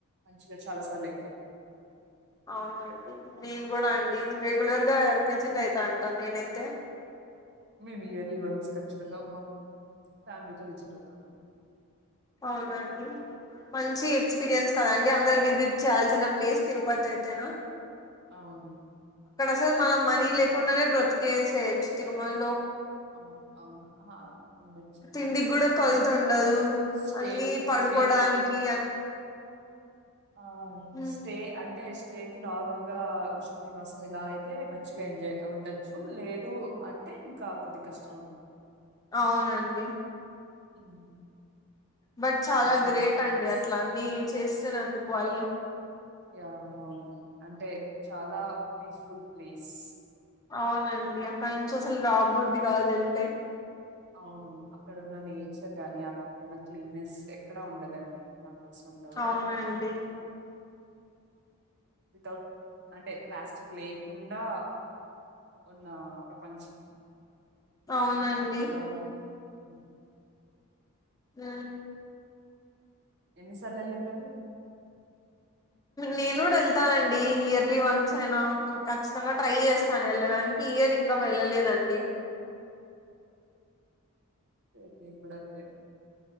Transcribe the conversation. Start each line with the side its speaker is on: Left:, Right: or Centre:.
Right: మంచిగా చాలా సార్లు ఎక్కాను
Left: అవునండి నేన్ కూడా అండి రెగులర్ గా విసిట్ అయితాంట నేనైతే
Right: మేము ఇయర్లీ వన్స్ ఖచ్చితంగా మా ఫ్యామిలీతో విజిట్ అవుతామని
Left: అవునా అండి మంచి ఎక్స్పీరియన్స్ కదండి అందరు విజిట్ చేయాల్సిన ప్లేస్ తిరుపతి అయితేనా
Right: అవును
Left: ర్ మనం మనీ లేకుండానే బ్రతికేసేయొచ్చు తిరుమలలో
Right: అవును అవును ఉండచ్చండి
Left: తిండికి కూడా కొలత
Right: అంటే
Left: ఉండదు
Right: స్టేక్
Left: అన్ని పడుకోడానికి
Right: స్టేకి
Left: అన్
Right: ఆ
Left: హ్మ్.
Right: స్టే అంటే స్టే కి నార్మల్ గా నివాసం ఇలా అయితే మంచిగా ఎంజాయ్ ఉండొచ్చు లేదు అంటే ఇంకా కొద్దిగ కష్టం అం
Left: అవునండి
Right: హ్మ్.
Left: బట్ చాలా
Right: మంచి
Left: గ్రేట్
Right: ఎక్స్‌పీరియన్స్.
Left: అండి అట్ల అన్ని చేస్తున్నందుకు వాళ్ళు
Right: యా అవునండి అంటే చాలా పీస్ఫుల్ ప్లేస్
Left: అవునండి అక్కడ నుంచి అసలు రాబబుద్ది కాదు వెళ్తే
Right: అవును అక్కడున్న నేచర్ గాని అక్కడున్న క్లీనెస్ ఎక్కడ ఉండదండి నాకు తెలిసినంతవరకు
Left: అవునండి
Right: వితౌట్ అంటే ప్లాస్టిక్ లేకుండా ఉన్న ప్రపంచం
Left: అవునండి
Right: చాలా మ్
Left: ఊ
Right: ఎన్నిసార్లు యెళ్ళుంటరు
Left: నేను గూడా వెళ్తానండి ఇయర్లీ వన్స్ అయినా ఖచ్చితంగా
Right: ఓకే
Left: ట్రై జేస్తాను యెళ్ళడానికి ఈ ఇయర్ ఇంకా వెళ్ళలేదండి
Right: సేమ్ నేను గూడా అంతే అండి